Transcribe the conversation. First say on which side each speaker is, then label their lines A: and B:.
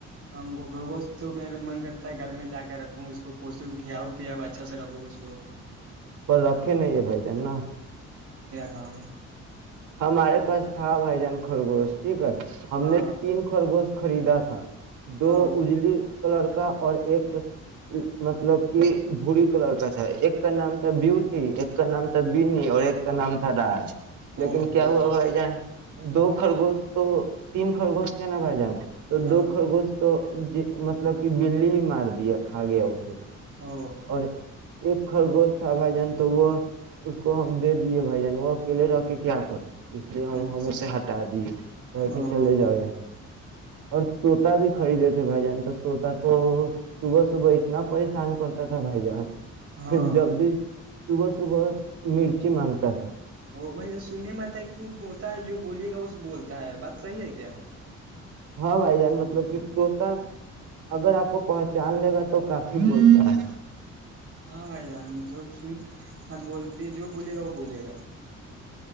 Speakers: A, on the right; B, on the right.
A: ہم گو خرگوشت تو میرا من کرتا ہے گھر میں لا کے رکھو اس کو پوسو کھیاؤ پیاؤ اچھا سے رکھو اس کو
B: پر رکھے نہیں ہے بھائی ج ن
A: گھاؤ
B: ہمارے پاس تھا بھائی جان خرگوشتی کر ہم
A: ہاں
B: نے تین خرگوشت خریدا تھا دو
A: ہاں
B: اجلی ک لڑکا اور ایک مطلب کی بھوری کا لڑکا تھا ایک کا نام تھا بیوٹی ایک کا نام تھا بینی اور ایک کا نام تھا راج لیکن
A: او ہو
B: کیا ہوا بھائی جان دو خرگوست تو تین خرگوست س ن ب جار تو
A: ہاں
B: دو خر گوش تو ج مطلب کہ بلی ہی مار دیا کھا گیا اسے
A: او
B: اور ایک خرگوش تھا بھائی جان تو وہ اس کو ہم دے دیے بھائی جان وہ اکیلے رہ کے کیا اس لیے ہم
A: اچھا
B: ہم اسے ہٹا دیے کہ
A: او
B: کہ چلے جاؤے اور طوتا بھی خرید دیتے بھائی جان اور طوطا تو صبح صبح اتنا پریشان کرتا تھا بھائی جان
A: ہاں
B: پھر جب بھی صبح صبح مرچی مانگتا
A: ا بھائی سننے میں آتا ہے کی ہوتا ہے جو بولیے گا وہ بولتا ہے بات صحیح ہے کیا
B: ہاں بھائی جان مطلب کہ طوتا اگر اپ کو پہچان لے گا تو کافی بولتا ہے
A: ہاں بھائی جان ج س بول اسے جو بولیے گا وہ بولے گا